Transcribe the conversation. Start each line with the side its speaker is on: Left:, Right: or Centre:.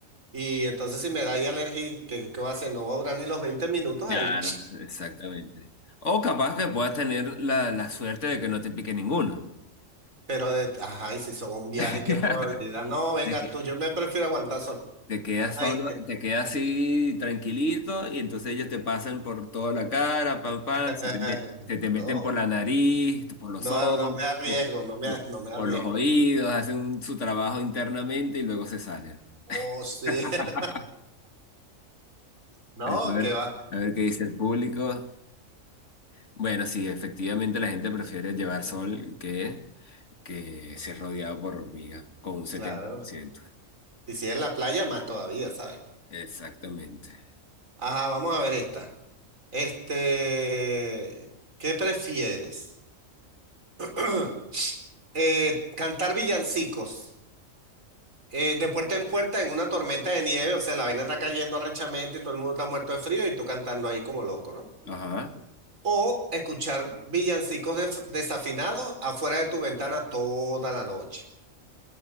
Right: y entonces si me da ahí alergia, ¿qué, qué va a hacer? No va a durar ni los veinte minutos ahí.
Left: Claro, exactamente. O capaz que puedas tener la, la suerte de que no te pique ninguno.
Right: Pero, de, ajá, y si son un viaje,
Left: <laughs>
Right: ¿qué probabilidad? No, vengas
Left: De que
Right: tú, yo me prefiero aguantar sol.
Left: te quedas
Right: Ay,
Left: solo, te quedas así tranquilito y entonces ellos te pasan por toda la cara, pam, pam,
Right: <laughs>
Left: se te, met- se te meten
Right: no,
Left: por la nariz, por los
Right: no,
Left: ojos,
Right: no me arriesgo,
Left: por,
Right: no me,
Left: por-
Right: no me arriesgo.
Left: por los oídos, hacen un- su trabajo internamente y luego se salen. <laughs>
Right: Oh, sí.
Left: A
Right: <laughs> No,
Left: ver,
Right: que va,
Left: a ver qué dice el público. Bueno, sí, efectivamente la gente prefiere llevar sol que... que se rodeado por hormigas, con un setenta
Right: claro.
Left: por ciento
Right: Y si es en la playa, más todavía, ¿sabes?
Left: Exactamente.
Right: Ajá, vamos a ver esta. Este, ¿qué prefieres? <clears throat> Eh, cantar villancicos eh, de puerta en puerta en una tormenta de nieve, o sea, la vaina está cayendo arrechamente y todo el mundo está muerto de frío y tú cantando ahí como loco, ¿no?
Left: Ajá.
Right: O escuchar villancicos def- desafinados afuera de tu ventana toda la noche.